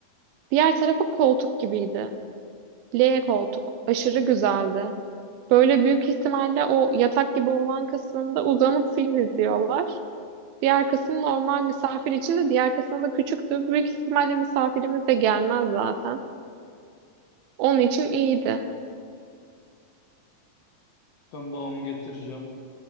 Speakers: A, on the right (about 85°); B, on the left (about 55°).
A: Diğer tarafı koltuk gibiydi. L koltuk. Aşırı güzeldi. Böyle büyük ihtimalle o yatak gibi olan kısmında uzanıp film izliyorlar. Diğer kısım normal misafir için de diğer kısım da küçüktü. Büyük ihtimalle misafirimiz de gelmez zaten. Onun için iyiydi.
B: Ben bağımı getireceğim.